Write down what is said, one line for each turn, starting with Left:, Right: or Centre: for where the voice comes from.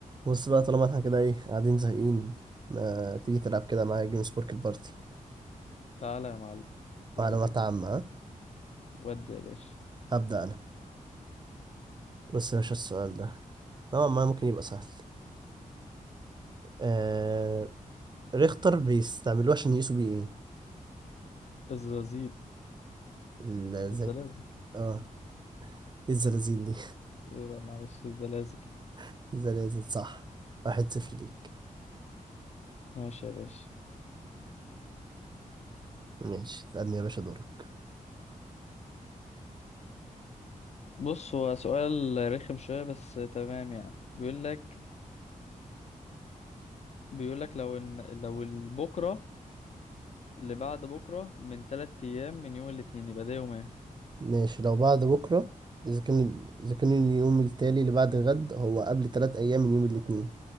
Right: بص بقى طالما احنا كده ايه قاعدين زهقين ما تيجي تلعب كده معايا جيم سبورك البارتي
Left: تعالى يا معلم ودي
Right: معلومات عامة ها؟
Left: ودي يا باشا
Right: هبدأ أنا بس يا باشا السؤال ده نوعا ما ممكن يبقى سهل آه... ريختر بيستعملوه عشان يقيسوا بيه ايه
Left: الزلازل
Right: الزل...
Left: الزلازل
Right: اه إيه الزلازل دي
Left: لا معلش الزلازل
Right: <laughs> الزلازل صح واحد صفر ليك
Left: ماشي يا باشا
Right: ماشي اسألني يا باشا دورك
Left: بص هو سؤال رخم شوية بس تمام يعني بيقول لك بيقول لك لو ان لو بكرة اللي بعد بكرة من تلات أيام من يوم الاثنين يبقى ده يوم ايه؟
Right: ماشي لو بعد بكرة إذا كان إذا كان اليوم التالي اللي بعد غد هو قبل تلات أيام من يوم الاتنين